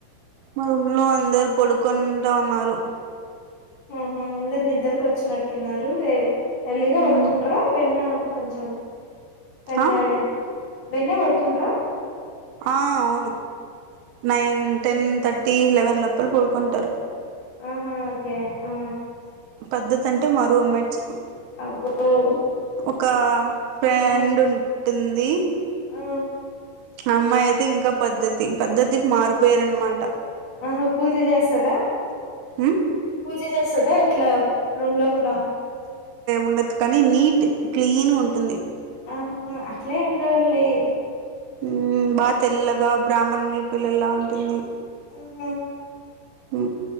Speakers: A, on the right (about 80°); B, on the left (about 55°).
A: మ రమ్లు అందరు పడుకుంటా ఉన్నారు
B: ఆహా అందరు నిద్ద్రకి వచ్చినట్టు అున్నారు ఎల్లిగా
A: ఉమ్
B: పడుకుంటార వెన్న కొంచెం చం
A: ఆ
B: ద్ర డే బేన్నె వాడు కుంట్రా
A: ఆ అవును నైన్ టెన్ థర్టీ లెవెన్ లోపల పడుకుంటారు
B: ఆహా ఓకే ఆ
A: పద్దతి అంటే మా రూమ్మేట్స్
B: <unintelligible>
A: క్క ఫ్రెండ్
B: ఆ
A: ఉం ట్టుంది
B: ఆ
A: అమ్మాయి అయితే ఇంకా పద్ధతి పద్ధతికి మారు పేరు అన్నమాట
B: ఆహా పూజ చేస్తదా
A: ఉమ్
B: పూజ చేస్తదా ఎట్లా రూమ్ లో కూడా
A: ఉండదు. కానీ నీట్ క్లీన్ ఉంటుంది
B: ఆహా ఆ అట్లే ఉం డాలి
A: హ్ బాగా తెల్లగా బ్రాహ్మణుల పిల్లలా ఉంటుంది.
B: హ్ హ్
A: హ్